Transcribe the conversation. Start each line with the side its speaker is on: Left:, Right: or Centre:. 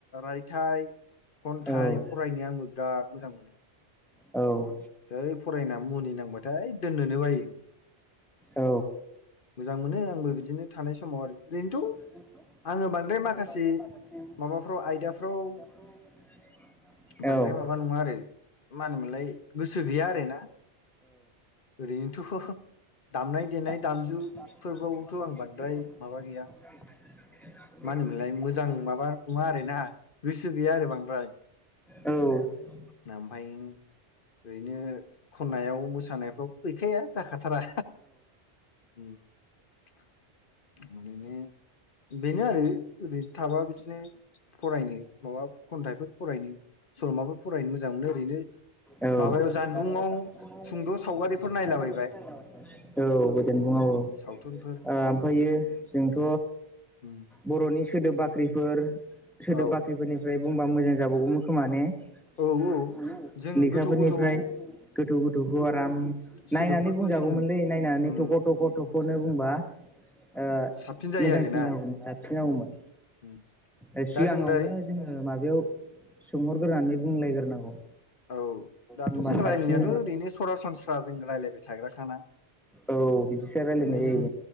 Left: रायथाइ खन्थाइ
Centre: औ
Left: फरायनो आंबो बिराद मोजां मोनो।
Centre: औ।
Left: जै फरायना मुहुनि नांबाथाय दोननोनो बायो।
Centre: औ
Left: मोजां मोनो आंबो बिदिनो थानाय समाव ओरैनोथ'
Centre: <unintelligible> <unintelligible>
Left: आङो बांद्राय माखासे माबाफ्राव आयदाफ्राव
Centre: औ।
Left: बांद्राय माबा नङा आरो मा होनोमोनलाय गोसो गैया आरोना। ओरैनोथ' दामनाय देनाय
Centre: <unintelligible>
Left: दामजुफोरबावथ' आं बांद्राय माबा गैया होनोमोनलाय मोजां मा नङा आरो ना गोसो गैया आरो बांद्राय।
Centre: ओ औ
Left: ओमफाय ओरैनो खन्नायाव मोसानायफ्राव गैखाया जाखाथारा। ओम ओरैनो बेनो आरो ओरै थाबा बिदिनो फरायनो माबा खन्थाइफोर फरायनो सल'माफोर फरायनो मोजां मोनो ओरैनो
Centre: औ <unintelligible>
Left: माबायाव जानबुंआव सुंद' सावगारिफोर नायलाबायबाय
Centre: औ गोजोन बुं
Left: उम,
Centre: औ ओ ओमफ्र
Left: सावथुनफोर बिदि आरो
Centre: जोंथ'
Left: उम,
Centre: बर'नि सोदोब बाख्रिफोर सोदोब
Left: औ
Centre: बाख्रिफोरनिफ्राय बुंबा मोजां जाबावगौमोन खोमा ने उमहो
Left: औ औ जों
Centre: लेखाफोरनिफ्राय
Left: गोथौ गोथौ
Centre: गोथौ गोथौखौ आराम
Left: सोदोबफोरखौ
Centre: नायनानै बुंजागौमोनलै
Left: जोङो
Centre: नायनानै
Left: उम
Centre: थख' थख' थख'नो बुंबा ओ
Left: साबसिन जायो
Centre: मोजांसिन
Left: आरोना
Centre: जागौमोन साबसिन जागौमोन।
Left: उम, उम,
Centre: ओ सिगाङावनो
Left: दा जों राय
Centre: जोङो माबायाव सोंहरग्रोनानै बुंलायग्रोनांगौ।
Left: औ दाथ'
Centre: होमबा
Left: जों
Centre: साबसिन
Left: रायज्लायनायाथ' ओरैनो सरासनस्रा जों रायलायबाय थाग्राखाना
Centre: औ बिदिसो रायलायनाय
Left: नाय
Centre: जायो
Left: जों